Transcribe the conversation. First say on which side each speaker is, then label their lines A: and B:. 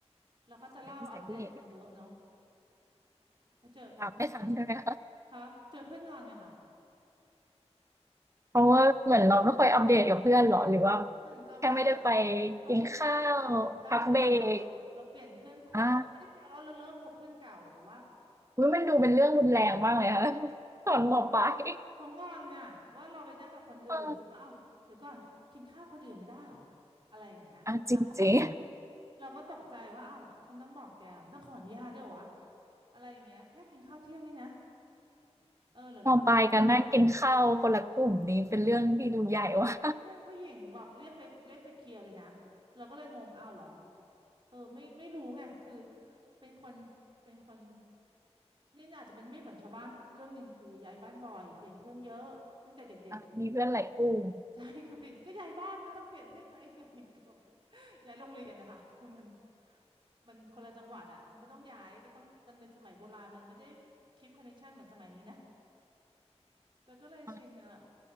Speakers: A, on the right; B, on the right.
A: แล้วเขาจะเล่าอัปเดตกันเยอะเนาะ
B: ใชานิสัยผู้หญิง
A: แล้วเจอ
B: ตามไม่ทันใช่ไหมคะ
A: คะเจอเพื่อนงอนเนี่ยค่ะ
B: เพราะว่าเหมือนเราไม่ค่อยอัปเดตกับเพื่อนหรอหรือว่า
A: เหมือนเราเหมือนกับว่าอย่างอะเรากินข้าวคนอื่นได้บ้างเรา
B: แค่ไม่ได้ไปกินข้าวพักเบรก
A: เราเปลี่ยนเพื่อนคบมันไม่ได้แปลว่าเราเลิกคบเพื่อนเก่าแต่ว่า
B: อ่าอุ๊ยมันดูเป็นเรื่องรุนแรงมากเลยค่ะ
A: ก็มันก็
B: <laughs>
A: เขาเขาแบบเขางอนอ่ะว่าเราไปนั่งกับคนอื่นซึ่งก็เอ้าเดี๋ยวก่อนกินข้าวคนอื่นไม่ได้เหรอ
B: ตอนมปลายเออ
A: อะไรอย่างเงี้ยเราก็บอก
B: อ่ะจริง
A: เราก็ตกใจว่าเอ้าฉันต้องบอกแกเหรอต้องขออนุญาตด้วยเหรอวะอะไรอย่างเงี้ยแค่กินข้าวเที่ยงนี่นะเออหลังหลังเลิก
B: ๆมปลายกันนั่งกินข้าวคนละกลุ่มนี้เป็นเรื่องที่ดูใหญ่ว่ะ
A: ใช่เพื่อนผู้หญิงแบบเรียกไปเรียกไปเคลียร์เลยนะเราก็เลยงงอ้าวเหรอเออไม่ไม่รู้ไงคือเป็นคนเป็นคนนี่อาจจะเป็นไม่เหมือนชาวบ้านเรื่องหนึ่งคือย้ายบ้านบ่อยเปลี่ยนเพื่อนเยอะตั้งแต่เด็ก
B: อ่ะมีเพื่อนหลายกลุ่ม
A: ใช่ <laughs> คือเปลี่ยนก็ย้ายบ้านมันก็ต้องเปลี่ยนเพื่อนไหม <laughs> อะไรเงี้ยเกือบ <laughs> ย้ายโรงเรียนนะคะ <laughs> คือมันมันคนละจังหวัดอ่ะมันก็ต้องย้ายก็ต้องตอนเด็กสมัยโบราณมันไม่ได้คีปคอนเนคชันเหมือนสมัยนี้นะแล้วก็เลยชินอ่ะ
B: อ่ะ